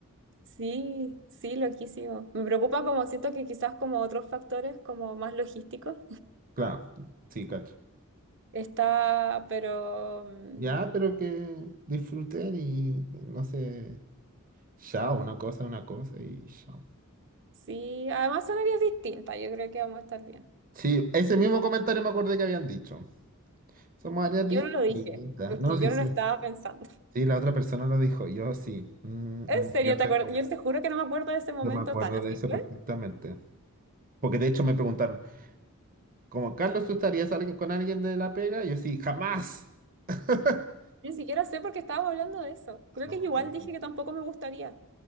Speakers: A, on the right; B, on the right.
A: sí, sí, loquísimo. Me preocupa como siento que quizás como otros factores como más logísticos
B: Claro, sí, cacho.
A: está, pero mm,
B: Ya, pero que disfruten y no sé, chao, una cosa, una cosa y chao.
A: sí, además son áreas distintas, yo creo que vamos a estar bien.
B: Sí, ese mismo comentario me acordé que habían dicho. Somos áreas
A: Yo
B: distintas.
A: no lo dije, porque
B: No, sí,
A: yo no
B: sí.
A: lo estaba pensando. <laughs>
B: Sí, la otra persona lo dijo. Yo sí. Mm,
A: En
B: y me
A: serio,
B: quedé
A: te acuerdas, yo te juro que no me acuerdo de ese momento
B: Yo me acuerdo
A: tan así
B: de eso
A: fue.
B: perfectamente. Porque de hecho me preguntaron, como Carlos, ¿tú estarías alguien- con alguien de la pega? Y yo sí, jamás. <laughs>
A: Ni siquiera sé por qué estábamos hablando de eso. Creo
B: No
A: que
B: me
A: igual
B: acuerdo.
A: dije que tampoco me gustaría.